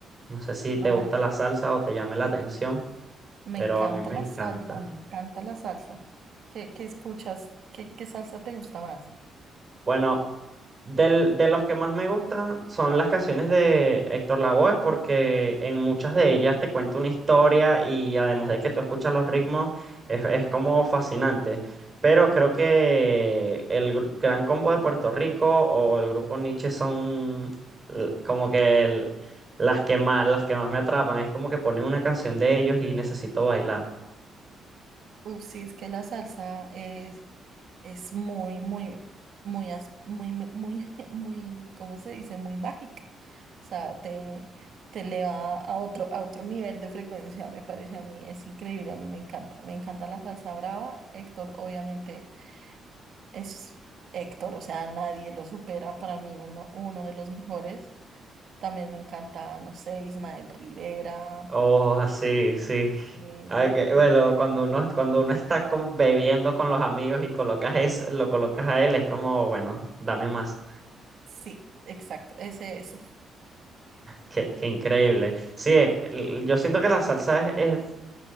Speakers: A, on the right (about 25°); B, on the right (about 60°).
A: No sé si te
B: Ay,
A: gusta la salsa o te llame la atención,
B: me
A: pero
B: encanta
A: a mí me
B: la
A: encanta.
B: salsa, me encanta la salsa. ¿Qué, qué escuchas? ¿Qué, qué salsa te gusta más?
A: Bueno, Del- de los que más me gustan son las canciones de Héctor Lavoe, porque en muchas de ellas te cuenta una historia y además de que tú escuchas los ritmos, es, es como fascinante. Pero creo que el gru- Gran Combo de Puerto Rico o el grupo Nietzsche son l- como que el- las que más, las que más me atrapan. Es como que ponen una canción de ellos y necesito bailar.
B: Uf, sí, es que la salsa es... Es muy, muy, muy, as- muy, muy, muy, <laughs> muy, ¿cómo se dice? Muy mágica. O sea, te, te eleva a otro, a otro nivel de frecuencia, me parece a mí. Es increíble, a mí me encanta. Me encanta la salsa brava. Héctor, obviamente, es Héctor, o sea, nadie lo supera. Para mí, uno, uno de los mejores. También me encanta, no sé, Ismael Rivera.
A: Oh,
B: Mm,
A: sí, sí.
B: eh,
A: Ah, que, bueno,
B: no,
A: cuando uno, cuando uno está con- bebiendo con los amigos y colocas eso, lo colocas a él, es como, bueno, dame más.
B: sí, exacto, ese es.
A: Qué, qué increíble. Sí, eh, l- yo siento que la salsa es, es